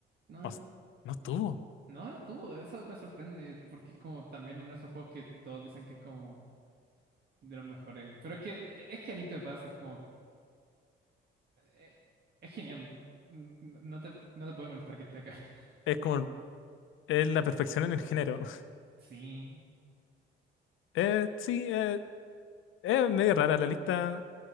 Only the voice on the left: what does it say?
O s- no estuvo.
Es como el- es la perfección en el género. <laughs>
Eh, sí, eh, es medio rara la lista.